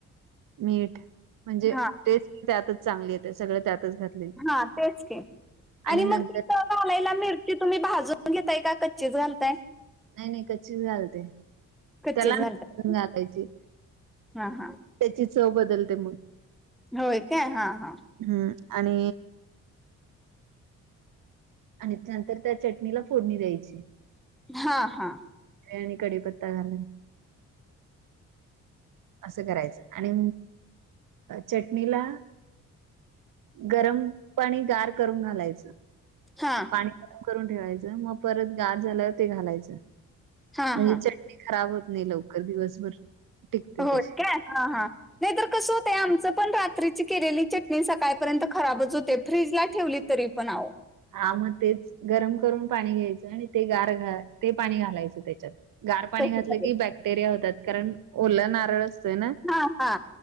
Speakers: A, on the right; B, in the centre.
A: मीठ म्हणजे
B: हा
A: टेस्ट त्यातच चांगली येते सगळ त्यातच घात.
B: हा तेच के आणि
A: नंतर
B: मग ति. घलायला मिरची तुम्ही भाजून घेतताय का कच्चीच घाताय.
A: नाही नाही क्चीच घालते
B: कच्चीच
A: त्याला
B: घालताय
A: घालायची.
B: हा हा
A: त्याची चव बदलते मग.
B: होय काय हा हा.
A: हम्म आणि. आणि नंतर त्या चटणीला फोडणी द्यायची
B: हा हा.
A: आणि कडी पत्ता घालण. असं करायचं आणि चटणीला. गरम पाणी गार करून घालायचं.
B: हा.
A: ठे मग परत ग झा ते घालायच म्हण.
B: हा हा
A: खराब होत नाही लवकर दिवसभर. टिकते
B: होत
A: तशी
B: का हा हा. नाहीतर कसं होतय आमचं पण रात्रीची केलेली चटणी सकाळपर्यंत खराबच होते फ्रीजला ठेवली. तरी पण आवो.
A: हा मग तेच गरम करून पाणी घ्यायचं आणि ते गार घ ते पाणी घालायचं त्याच्यात. गार पाणी
B: तसं
A: घातलं
B: झालं.
A: की बॅक्टेरिया होतात कारण ओल नारळ असतोय ना.
B: हा हा